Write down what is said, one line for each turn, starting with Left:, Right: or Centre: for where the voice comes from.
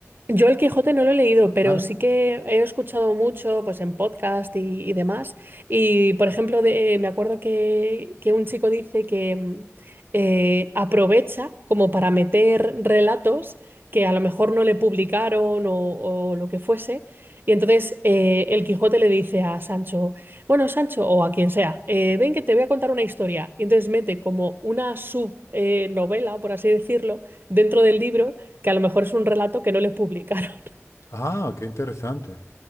Right: Yo el Quijote no lo he leído, pero
Left: Ah, ¿no?
Right: sí que he escuchado mucho pues en podcast y, y demás. Y por ejemplo, de- eh, me acuerdo que, que un chico dice que mm, eh, aprovecha como para meter relatos que a lo mejor no le publicaron o, o lo que fuese. Y entonces eh, el Quijote le dice a Sancho, bueno, Sancho, o a quien sea, "eh, ven que te voy a contar una historia. Y entonces mete como una subnovela, por así decirlo dentro del libro que a lo mejor es un relato que no les publicaron. <laughs>
Left: Ah, qué interesante.